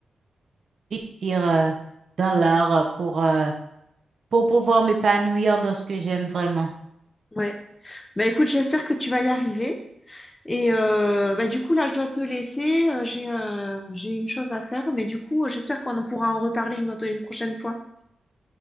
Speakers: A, on the right (about 55°); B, on the left (about 25°).
A: investir euh, dans l'art euh, pour, euh, pour pouvoir m'épanouir dans ce que j'aime vraiment.
B: Ouais. Ben écoute, j'espère que tu vas y arriver. Et euh, ben, du coup là, je dois te laisser. Euh, J'ai euh, j'ai une chose à faire, mais du coup, j'espère qu'on en pourra en reparler une autre une prochaine fois.